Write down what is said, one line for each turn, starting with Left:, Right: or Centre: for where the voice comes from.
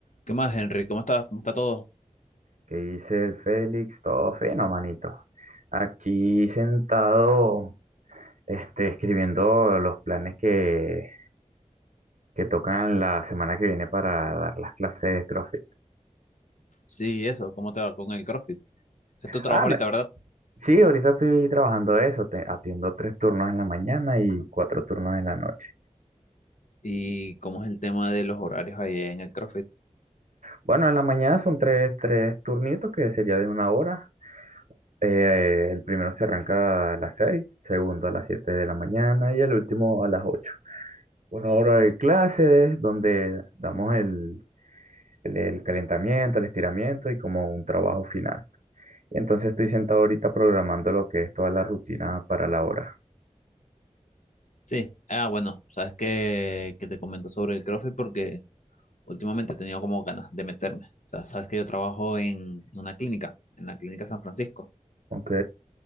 Left: ¿Qué más, Henry? ¿Cómo estás? ¿Cómo está todo?
Right: ¿Qué dice el Félix? Todo fino, manito. Aquí sentado, este, escribiendo los planes que, que tocan la semana que viene para dar las clases de CrossFit.
Left: Sí, eso, ¿cómo te va con el CrossFit? Ese Es tu trabajo
Right: Ah,
Left: ahorita,
Right: me-
Left: ¿verdad?
Right: sí, ahorita estoy trabajando de eso. te- atiendo tres turnos en la mañana y cuatro turnos en la noche.
Left: ¿Y cómo es el tema de los horarios ahí en el CrossFit?
Right: Bueno, en la mañana son tres, tres turnitos que sería de una hora. Eh, el primero se arranca a las seis, segundo a las siete de la mañana y el último a las ocho. una hora de clases donde damos el, el- el calentamiento, el estiramiento y como un trabajo final. Entonces estoy sentado ahorita programando lo que es toda la rutina para la hora.
Left: Sí, ah, bueno, sabes que, que te comento sobre el CrossFit porque últimamente he tenido como ganas de meterme. O sea, sabes que yo trabajo en, en una clínica, en la clínica San Francisco.
Right: ¿Ok?